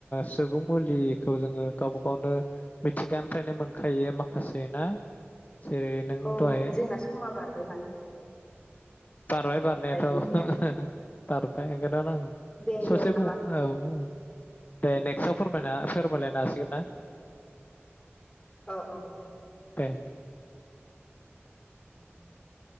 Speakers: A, on the left; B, on the left.
A: सुबुं मुलिखौ जोङो गावबा गावनो मिथिगानिफ्रायनो मोनखायो माखासे ना जेरै नों
B: औ
A: दहाय
B: जोंना समा बारबाय माथो?
A: बारबाय बारनायाथ'
B: जोंनिया
A: बारबाय ओंखायनो आं
B: दे
A: ससे
B: दे माबा
A: बुं औ औ दे नेक्स्टआव फोरमायना फोरमायलायनो हसिगोन ना?
B: औ औ दे।
A: े <unintelligible>
B: <inaudible>